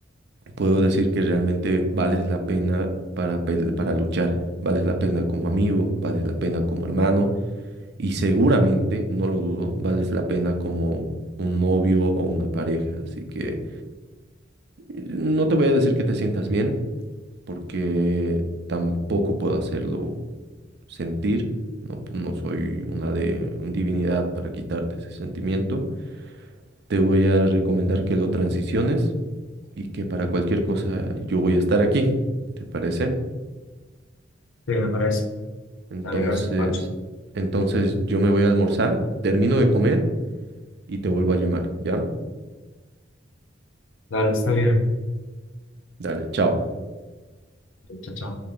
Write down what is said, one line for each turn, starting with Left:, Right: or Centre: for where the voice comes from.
Right: puedo decir que realmente vales la pena para, pel- para luchar, vales la pena como amigo, vales la pena como hermano y seguramente, no lo dudo, vales la pena como un novio o una pareja. Así que eh, no te voy a decir que te sientas bien porque tampoco puedo hacerlo sentir. No, no soy una de un divinidad para quitarte ese sentimiento. Te voy a recomendar que lo transiciones y que para cualquier cosa yo voy a estar aquí. ¿Te parece?
Left: Sí, me parece.
Right: Entonces,
Left: Dale, gracias, Pacho.
Right: entonces yo me voy a almorzar, termino de comer y te vuelvo a llamar, ¿ya?
Left: Dale, está bien.
Right: Dale, chao.
Left: Chao, chao.